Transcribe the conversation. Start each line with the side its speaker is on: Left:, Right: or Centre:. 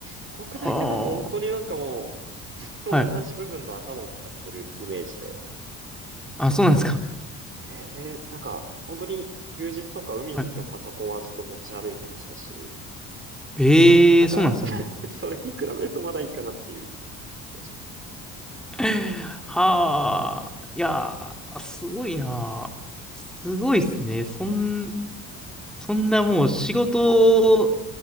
Right: 国大点だと本当になんかもう、
Centre: あ、は
Right: ずっと同じ部分の頭を使ってるイメージで、
Centre: あ。はい。あ、そうなんですか。
Right: えーで、なんか、本当に休日とか海に行ってもパソコンはずっと持ち歩いてましたし、
Centre: はい。ええそうなんですね。
Right: なんか <laughs> それに比べるとまだいいかなっていう気がします。
Centre: はあ。いやー、すごいな。すごいっすね。そん、そんなもう仕事